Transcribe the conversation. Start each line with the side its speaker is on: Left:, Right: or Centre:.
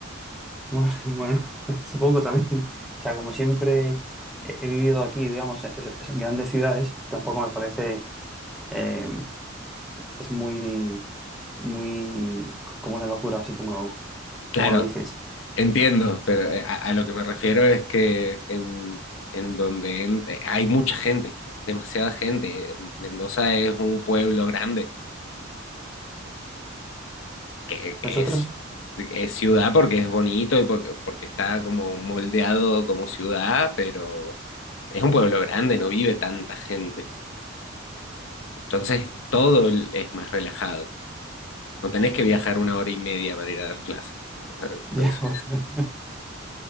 Centre: Bueno, <laughs> bueno, <laughs> supongo también. O sea, como siempre he he vivido aquí, digamos, es- es en grandes ciudades, tampoco me parece, eh, es muy, muy co- como una locura, así como lo,
Left: Claro,
Centre: como lo dices.
Left: Entiendo, pero eh, a, a lo que me refiero es que en, en donde en- eh, hay mucha gente, demasiada gente. Mendoza es un pueblo grande, que, que
Centre: Nosotros,
Left: es, es ciudad porque es bonito y porque, porque está como moldeado como ciudad, pero es un pueblo grande, no vive tanta gente. Entonces todo es más relajado. No tenés que viajar una hora y media para ir a dar clases. O sea,
Centre: <laughs> ya,
Left: eso-
Centre: bueno.